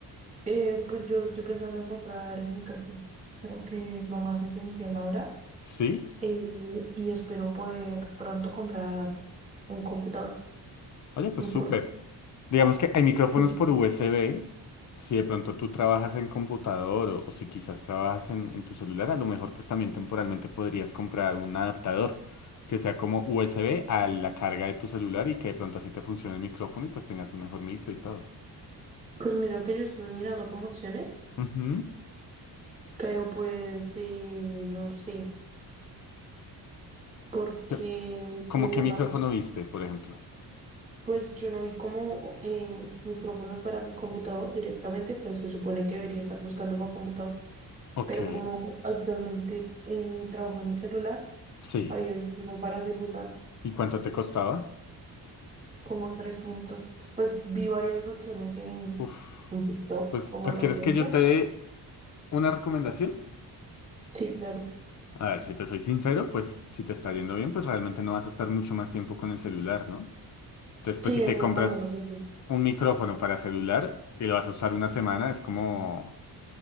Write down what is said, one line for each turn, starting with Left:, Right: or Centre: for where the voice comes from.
Right: Eh, pues yo estoy pensando en comprar el micrófono. Creo que es lo más esencial ahora.
Left: ¿Sí?
Right: Eh, y espero poder pronto comprar un computador,
Left: Oye, pues
Right: un
Left: súper. Digamos que hay micrófonos
Right: portátil.
Left: por USB. Si de pronto tú trabajas en computador o, o si quizás trabajas en, en tu celular, a lo mejor pues también temporalmente podrías comprar un adaptador que sea como USB a la carga de tu celular y que de pronto así te funcione el micrófono y pues tengas un mejor micro y todo.
Right: Pues mira que yo estuve mirando como opciones,
Left: Ujú.
Right: pero pues eh, no sé, porque
Left: ¿Qué- ¿Cómo
Right: vi una
Left: qué micrófono
Right: opción
Left: viste, por ejemplo?
Right: Pues yo no vi como eh, micrófonos para un computador directamente, pues se supone que debería estar buscando para computador,
Left: Ok,
Right: pero como actualmente eh, trabajo en el celular,
Left: sí.
Right: había visto uno para celular
Left: ¿Y cuánto te costaba?
Right: como trescientos pues vi varias opciones en,
Left: Uf.
Right: en TikTok
Left: Pues,
Right: como
Left: pues
Right: referencia.
Left: ¿quieres que yo te dé una recomendación?
Right: Sí, claro.
Left: A ver, si te soy sincero, pues si te está yendo bien, pues realmente no vas a estar mucho más tiempo con el celular, ¿no? Entonces, pues
Right: Sí,
Left: si te
Right: eso
Left: compras
Right: también lo pensé.
Left: un micrófono para celular y lo vas a usar una semana, es como,